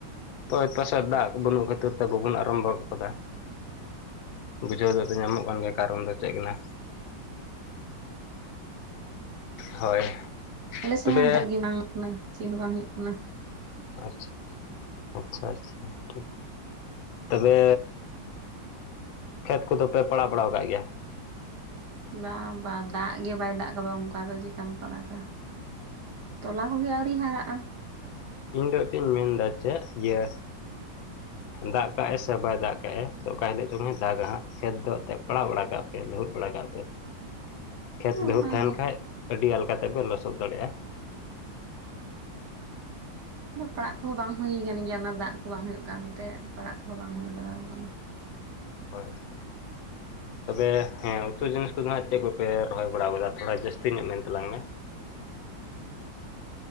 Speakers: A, on the left (about 85°); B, on the right (about 60°).
A: ᱚᱭᱮ ᱯᱟᱥᱮ ᱫᱟᱜ ᱵᱟᱹᱱᱩᱜ ᱠᱷᱟᱹᱛᱤᱨ ᱛᱮ ᱵᱟᱵᱚᱱ ᱟᱨᱟᱢᱵᱷᱚ ᱟᱠᱟᱫᱟ᱾ ᱵᱩᱡᱷᱟᱹᱣ ᱫᱚ ᱫᱚ ᱧᱟᱢᱚᱜ ᱠᱟᱱ ᱜᱮᱭᱟ ᱠᱟᱨᱚᱱ ᱫᱚ ᱪᱮᱫ ᱠᱟᱱᱟ? ᱦᱳᱭ
B: ᱟᱞᱮ ᱥᱮᱫ
A: ᱛᱚᱵᱮ
B: ᱢᱟ ᱫᱟᱜ ᱜᱮ ᱵᱟᱝ ᱠᱟᱱᱟ᱾ ᱪᱮᱫ ᱦᱚᱸ ᱵᱟᱝ ᱦᱩᱭᱩᱜ ᱠᱟᱱᱟ᱾
A: ᱟᱪᱷᱟ, ᱟᱪᱷᱟ ᱟᱪᱷᱟ ᱴᱷᱤᱠ ᱛᱚᱵᱮ ᱠᱷᱮᱛ ᱠᱚᱫᱚ ᱯᱮ ᱯᱟᱲᱟᱜ ᱵᱟᱲᱟᱣ ᱟᱠᱟᱫ ᱜᱮᱭᱟ᱾
B: ᱵᱟᱝ ᱵᱟᱝ ᱫᱟᱜ ᱜᱮ ᱵᱟᱭ ᱫᱟᱜ ᱠᱟᱫᱟ ᱚᱱᱠᱟ ᱫᱚ ᱪᱮᱠᱟᱢ ᱯᱟᱲᱟᱜᱟ᱾ ᱛᱚᱞᱟ ᱠᱚᱜᱮ ᱟᱹᱣᱨᱤᱧ ᱦᱟᱨᱟᱜᱼᱟ
A: ᱤᱧ ᱫᱚ ᱮᱱᱛᱮᱫ ᱤᱧ ᱢᱮᱱ ᱮᱫᱟ ᱪᱮᱫ ᱤᱭᱟᱹ? ᱫᱟᱜ ᱠᱟᱜᱼᱟᱭ ᱥᱮ ᱵᱟᱭ ᱫᱟᱜ ᱠᱟᱭ ᱥᱮ ᱚᱠᱟ ᱦᱤᱞᱳᱜ ᱪᱚᱝᱮ ᱫᱟᱜᱟᱦᱟᱸᱜ ᱠᱷᱮᱛ ᱫᱚ ᱮᱱᱛᱮᱫ ᱯᱟᱲᱟᱣ ᱵᱟᱲᱟ ᱠᱟᱜ ᱯᱮ ᱞᱟᱹᱦᱩᱫ ᱵᱟᱲᱟ ᱠᱟᱜ ᱯᱮ ᱠᱷᱮᱛ
B: ᱚᱱᱟᱜᱮ
A: ᱵᱤᱦᱩ ᱛᱟᱦᱮᱱ ᱠᱷᱟ ᱟᱹᱰᱤ ᱟᱞᱠᱟ ᱛᱮᱯᱮ ᱞᱚᱥᱚᱫ ᱫᱟᱲᱮᱭᱟᱜᱼᱟ
B: ᱟᱫᱚ ᱯᱟᱲᱟᱜ ᱠᱚᱦᱚᱸ ᱵᱟᱝ ᱦᱩᱭ ᱠᱟᱱ ᱜᱮᱭᱟ ᱚᱱᱟ ᱫᱟᱜ ᱠᱚ ᱵᱟᱝ ᱦᱩᱭᱩᱜ ᱠᱟᱱᱛᱮ ᱯᱟᱲᱟᱜ ᱠᱚᱦᱚᱸ ᱵᱟᱝ ᱦᱩᱭ ᱵᱟᱲᱟᱣ ᱟᱠᱟᱱᱟ᱾
A: ᱦᱳᱭ ᱛᱚᱵᱮ ᱦᱮᱸ ᱩᱛᱩ ᱡᱤᱱᱤᱥ ᱠᱚᱫᱚ ᱦᱟᱸᱜ ᱪᱮᱫ ᱠᱚᱯᱮ ᱨᱚᱦᱚᱭ ᱵᱟᱲᱟ ᱟᱠᱟᱫᱟ, ᱛᱷᱚᱲᱟ ᱡᱟᱹᱥᱛᱤ ᱧᱚᱜ ᱢᱮᱱ ᱛᱟᱞᱟᱝ ᱢᱮ?